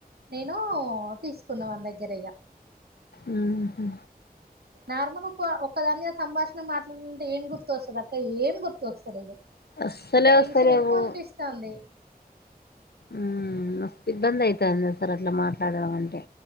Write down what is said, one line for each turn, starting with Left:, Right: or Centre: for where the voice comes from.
Right: నేను తీసుకున్నవాని దగ్గరయ్యా
Left: ఉహూ
Right: నార్మల్ ఒకక్కదానిద సంభాషణ మాట్లాడాలంటే ఏం గుర్తొస్తుంది అక్క ఏం గుర్తుస్తుంది ఇది
Left: అస్సలే
Right: ఇంకా
Left: వస్తలేవు
Right: టెన్షన్ ఎక్కువ అనిపిస్తుాంది
Left: హ్మ్మ్ మస్తు ఇబ్బంది అవుతుంది సార్ అట్లా మాట్లాడడం అంటే